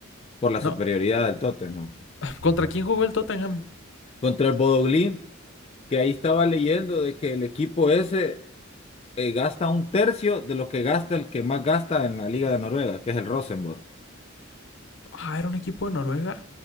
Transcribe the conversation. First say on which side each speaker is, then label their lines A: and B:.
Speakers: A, on the left; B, on the left.
A: por la
B: No,
A: superioridad del Tottenham.
B: <laughs> <sighs> ¿contra quién jugó el Tottenham?
A: Contra el Bodoglín, que ahí estaba leyendo de que el equipo ese eh, gasta un tercio de lo que gasta el que más gasta en la Liga de Noruega, que es el Rosenborg.
B: Ah, era un equipo de Noruega.